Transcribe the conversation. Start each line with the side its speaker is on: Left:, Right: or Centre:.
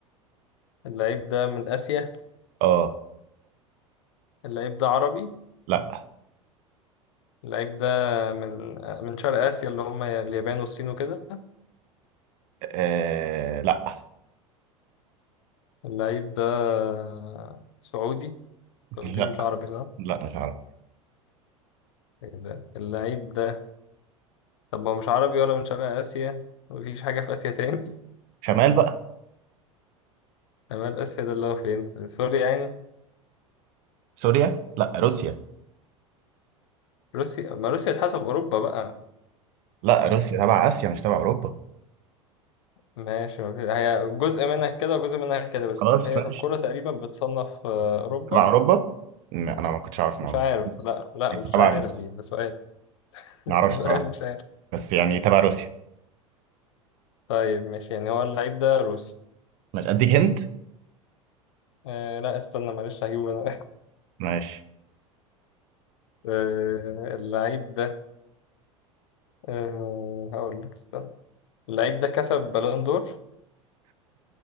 Left: اللعيب ده من آسيا
Right: اه
Left: اللعيب ده عربي
Right: لا
Left: اللعيب ده من آه، من شرق آسيا اللي هم اليابان والصين وكده
Right: آه، لا
Left: اللعيب ده آه، سعودي أنت
Right: لا
Left: قلت لي مش عربي صح؟
Right: لا مش عارف
Left: إيه ده؟ اللعيب ده طب هو مش عربي ولا من شرق آسيا مفيش حاجة في آسيا تاني <laughs>
Right: شمال بقى
Left: شمال آسيا ده اللي هو فين؟ في سوريا يعني
Right: سوريا لا روسيا
Left: روسيا ما روسيا تحسب أوروبا بقى
Right: لا روسيا تبع اسيا مش تبع اوروبا
Left: ماشي ما في... هي جزء منها كده وجزء منها كده بس
Right: خلاص
Left: هي
Right: ماشي
Left: في الكورة تقريبا بتصنف آه، أوروبا
Right: تبع اوروبا م- انا ما كنتش اعرف معلومه
Left: مش عارف لا لا
Right: يبقى
Left: مش
Right: تبع
Left: عارف
Right: روسيا
Left: دي ده سؤال <laughs>
Right: ما
Left: ده
Right: اعرفش
Left: سؤال
Right: صراحه
Left: مش عارف
Right: بس يعني تبع روسيا
Left: طيب ماشي يعني هو اللعيب ده روسي
Right: ماشي اديك هنت
Left: آه لا استنى معلش هجيبه انا <laughs>
Right: ماشي
Left: آه اللعيب ده آه هقول لك استنى اللعيب ده كسب بالون دور